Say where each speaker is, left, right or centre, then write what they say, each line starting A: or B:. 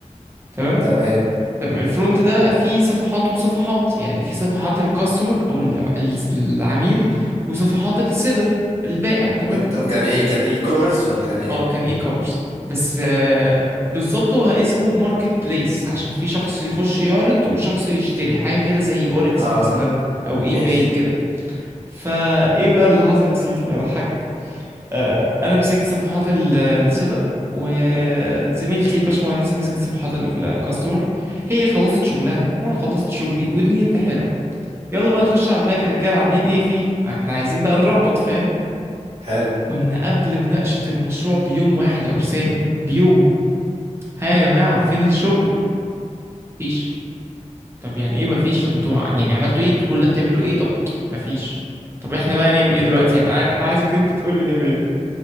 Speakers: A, on the right (about 20°); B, on the right (about 55°).
A: تمام
B: تمام
A: تمام الفرونت ده بقى فيه صفحات وصفحات يعني في صفحات الكاستمر او الع- العميل وصفحات السيلر البائع تمام
B: انت كان ايه كان اي كوميرس ولا كان ايه
A: اه كان اي كوميرس بس آه بالظبط هو اسمه ماركت بليس عشان في شخص يخش يعرض وشخص يشتري حاجه كده زي اوليكس
B: اه
A: مثلا او
B: ماشي
A: اي باي كده فايه بقى اللي حصل يا سيدي اضحكك آه، انا مسكت صفحات ال- السيلر وزميلتي الباشمهندسه مسكت صفحات ال- الكاستمر هي خلصت شغلها وانا خلصت شغلي ودنيتنا حلوه يلا بقى نخش على الباك يا رجاله عاملين ايه فيه ما احنا عايزين بقى نربط فاهم
B: حلو
A: كنا قبل مناقشه المشروع بيوم واحد يا ارساني بيوم ها يا جماعه فين الشغل مفيش طب يعني ايه مفيش طب انتوا ع- يعني عملتوا ايه انتوا كل ده بتعملوا ايه طب مفيش طب احنا بقى نعمل ايه دلوقتي يعني انا أنا عايزك انت تقول لي نعمل ايه